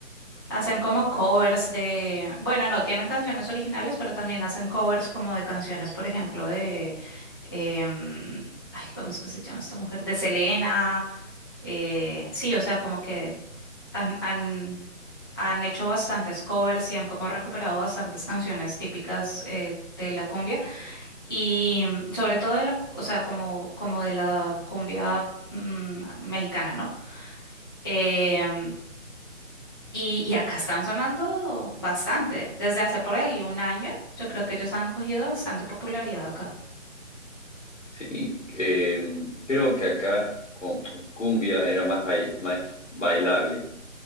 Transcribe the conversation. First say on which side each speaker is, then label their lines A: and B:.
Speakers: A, on the left; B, on the left.
A: Hacen como covers de, bueno, no tienen canciones originales, pero también hacen covers como de canciones, por ejemplo, de, em, ay, ¿cómo es que se llama esta mujer? De Selena. eh, sí, o sea, como que han, han, han hecho bastantes covers y han como recuperado bastantes canciones típicas eh, de la cumbia. Y mm, sobre todo de la, o sea, como, como de la cumbia mm, mexicana, ¿no? Em, y, y acá están sonando bastante. Desde hace por ahí un año, yo creo que ellos han cogido bastante popularidad acá.
B: Sí, eh, creo que acá con- cumbia era más, bail- más bailable